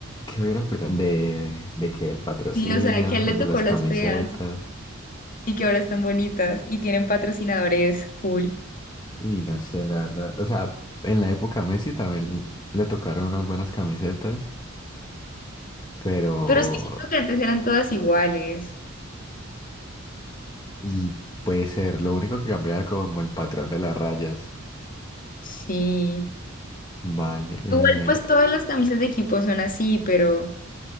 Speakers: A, on the left; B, on the left.
A: ¿Qué hubiera opinan de, de que el patrocinio,
B: Sí, o sea, que a él le
A: de
B: tocó
A: las
B: las
A: camisetas?
B: feas y que ahora están bonitas y tienen patrocinadores cool.
A: Y no sé, la verdad. O sea, en la época Messi también le tocaron unas buenas camisetas, pero.
B: Pero es que siento que antes eran todas iguales.
A: Y puede ser, lo único que cambiaba como el patrón de las rayas.
B: Sí.
A: Vale. eh,
B: Igual pues todas las camisas de equipo son así, pero,